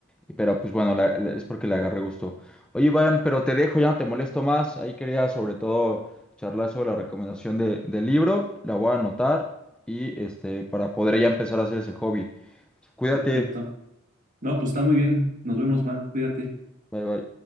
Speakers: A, in the centre; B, on the right.
A: y- pero pues bueno, la- la- es porque le agarré gusto. Oye, Iván, pero te dejo, ya no te molesto más. Ahí quería sobre todo charlar sobre la recomendación de, del libro, la voy a anotar y este, para poder ya empezar a hacer ese hobby. Cuídate,
B: Perfecto. No, pues está muy bien. Nos vemos, Juan. Cuídate.
A: bye bye.